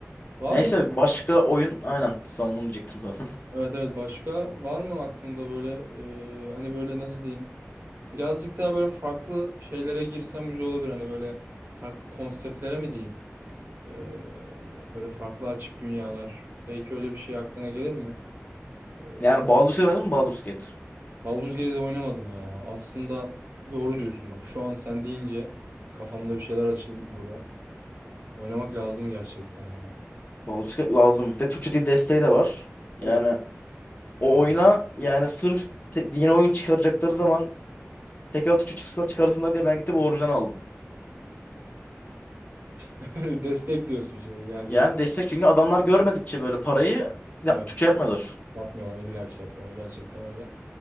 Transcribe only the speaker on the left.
Neyse
başka oyun aynen. Sana onu diyecektim sana. <laughs>
Yani Baldur's Gate oynadın mı Baldur's Gate?
Baldur's Gate lazım. De Türkçe dil desteği de var. Yani
o
oyuna yani sırf te- yeni oyun çıkaracakları zaman tekrar Türkçe çıksın çıkarsınlar diye ben gidip orijinal aldım.
Yani destek çünkü adamlar görmedikçe böyle parayı ya,
Türkçe yapmıyorlar.